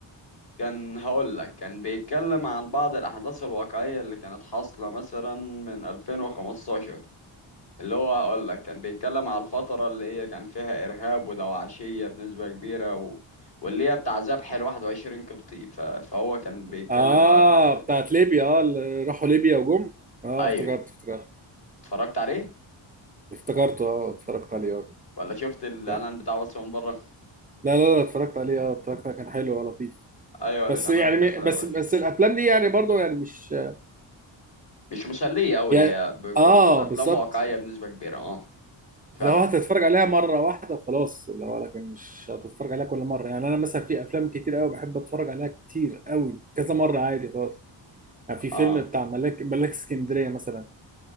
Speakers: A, on the left (about 60°); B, on the right (about 20°).
A: كان هقول لك كان بيتكلم عن بعض الأحداث الواقعية اللي كانت حاصلة مثلا من 2015 اللي هو هقول لك كان بيتكلم على الفترة اللي هي كان فيها إرهاب ودواعشية بنسبة كبيرة و... واللي هي بتاع ذبح ال 21 قبطي ف... فهو كان بيتكلم
B: اه
A: على الحتة دي
B: بتاعت ليبيا اه اللي راحوا ليبيا وجم اه
A: أيوه
B: افتكرت افتكرت
A: اتفرجت عليه
B: افتكرته اه اتفرجت عليه اه
A: ولا شفت الإعلان
B: يعني
A: بتاعه بس من بره
B: لا لا لا اتفرجت عليه اه اتفرجت عليه كان حلو ولطيف
A: أيوه للأمانة
B: بس يعني
A: كان حلو
B: م- بس بس الافلام دي يعني برضو يعني مش
A: مش مسلية أوي
B: يعني
A: هي بتكون
B: اه
A: أفلام
B: بالظبط
A: واقعية بنسبة كبيرة اه فعلا
B: لو هتتفرج عليها مرة واحدة وخلاص لو لكن مش هتتفرج عليها كل مرة يعني أنا مثلا في أفلام كتير أوي بحب أتفرج عليها كتير أوي كذا مرة عادي خلاص يعني في فيلم
A: اه
B: بتاع ملاك ملاك اسكندرية مثلا